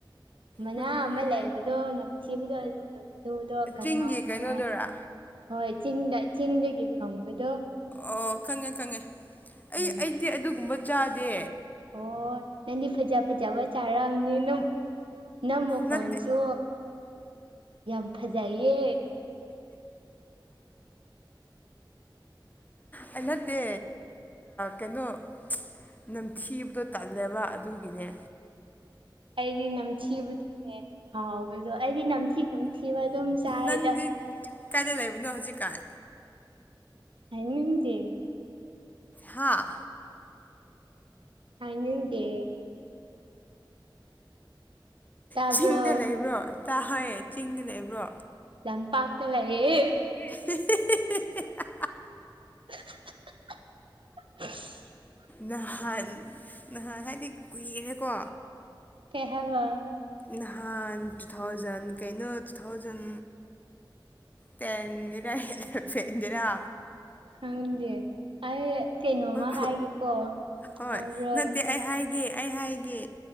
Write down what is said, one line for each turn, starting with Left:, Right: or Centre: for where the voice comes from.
Right: ꯃꯅꯥ
Left: ꯃꯅꯝ
Right: ꯑꯃ
Left: ꯅꯝ
Right: ꯂꯩꯕꯗꯣ ꯅꯝꯊꯤꯕꯗꯣ ꯗ ꯀꯥꯡꯉꯥꯎ
Left: ꯆꯤꯡꯒꯤ ꯀꯩꯅꯣꯗꯨꯔꯥ
Right: ꯁꯥꯏ ꯍꯣꯏ ꯆꯤꯡꯗ ꯆꯤꯡꯗꯒꯤ ꯐꯪꯕꯗꯣ
Left: ꯑꯣ ꯈꯪꯉꯦ ꯈꯪꯉꯦ
Right: ꯎꯝ
Left: ꯑꯩ ꯑꯩꯗꯤ ꯑꯗꯨꯒꯨꯝꯕ ꯆꯥꯗꯦ
Right: ꯑꯣ ꯅꯪꯗꯤ ꯐꯖ ꯐꯖꯕ ꯆꯥꯔꯛꯑꯕꯅꯤ ꯑꯗꯨꯝ ꯅꯝ ꯃꯈꯀꯣꯟꯁꯨ
Left: ꯅꯠꯇꯦ
Right: ꯌꯥꯝ ꯐꯖꯩꯌꯦ
Left: ꯑꯩ ꯅꯠꯇꯦ ꯀꯩꯅꯣ ꯅꯝꯊꯤꯕꯗꯣ ꯇꯜꯂꯦꯕ ꯑꯗꯨꯒꯤꯅꯦ
Right: ꯑꯩꯗꯤ ꯅꯝ ꯆꯤꯕꯅꯦ ꯍꯥꯎ ꯑꯗ ꯑꯩꯗꯤ ꯅꯝꯊꯤ ꯅꯝꯊꯤꯕ ꯑꯗꯨꯝ ꯆꯥꯏꯗ
Left: ꯅꯪꯗꯤ ꯀꯥꯏꯗ ꯂꯩꯕꯅꯣ ꯍꯧꯖꯤꯛꯀꯥꯟ
Right: ꯍꯗꯤꯦ
Left: ꯍꯥꯥ
Right: ꯍ ꯏꯗꯦ ꯇꯥꯕ꯭ꯔꯣ
Left: ꯆꯤꯡꯗ ꯂꯩꯕ꯭ꯔꯣ ꯆꯥꯍꯌꯦ ꯆꯤꯡꯗ ꯂꯩꯕ꯭ꯔꯣ
Right: ꯂꯝꯟꯄꯥꯥꯛꯂꯒꯌꯦ
Left: <inaudible>
Right: <inaudible>
Left: ꯅꯍꯥꯟ ꯅꯍꯥꯟ ꯍꯥꯏꯗꯤ ꯀꯨꯏꯔꯔꯦꯀꯣ
Right: ꯀꯍꯋꯥ
Left: ꯅꯍꯥꯟ ꯇꯨ ꯊꯥꯎꯖꯟ ꯀꯩꯅꯣ ꯇꯨ ꯊꯥꯎꯖꯟ ꯇꯦꯟꯗꯔ ꯇꯦꯗꯔꯥ
Right: ꯈꯪꯗꯦ ꯑꯩ ꯀꯩꯅꯣꯃ
Left: ꯈꯨ
Right: ꯍꯥꯏꯒꯦꯀꯣ
Left: ꯍꯣꯏ
Right: ꯇꯥꯕ꯭ꯔꯣ
Left: ꯅꯠꯇꯦ ꯑꯩ ꯍꯥꯏꯒꯦ ꯑꯩ ꯍꯥꯏꯒꯦ